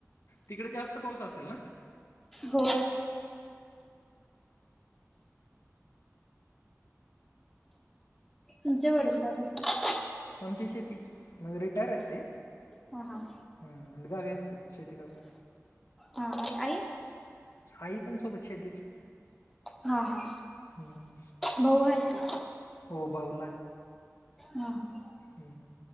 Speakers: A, on the left; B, in the centre.
A: तिकडे जास्त पाऊस असेल ना
B: हो तुमच्या वडील काय करतात
A: आमची शेती म्हणज रिटायर य ते
B: ह हां
A: हम्म गावी असते शेती करते
B: हा आई
A: आई पण सोबत शेतीच
B: हा हा
A: हम्म
B: बऊ आहेत का
A: हो भाऊ
B: हा ह
A: ह